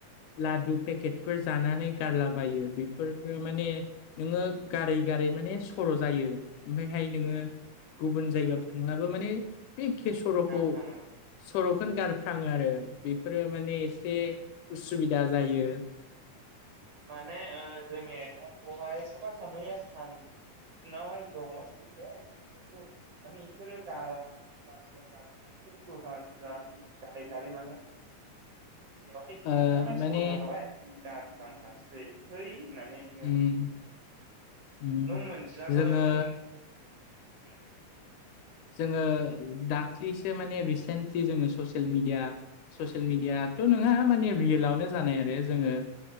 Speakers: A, on the left; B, on the right.
A: लादु पेकेटफोर जानानै गारलाबायो बेफोरजों माने नोङो गारै गारै माने सर' जायो ओमफफ्रायहाय
B: उम
A: नोङो गुबुन जायगायाव थांब्लाबो माने बे केसर'खौ
B: गारफ्लाङो
A: सर'खौनो गारफ्राङो आरो बेफोरो माने एसे उसुबिदा जायो।
B: माने ओ जोङनि बेहाय साफा सानैैया सान नहाय दङस खिथु माने इसोर गारा ग ग दस म्रा गारै गारै माने इण्डिआवहाय बिदिखसै
A: ओ
B: नालाय
A: माने
B: सर' जाखाबाय गारथांखासै थै होननानैनो
A: उम उम
B: नों मोनथिलाबो
A: जोङो
B: नों उम
A: जोङो दाख्लिसो माने रिसेन्टलि जोङो ससियेल मिेडिया ससियेल मिेडियाथ' नङा माने रियेलावनो जानाय आरो जोङो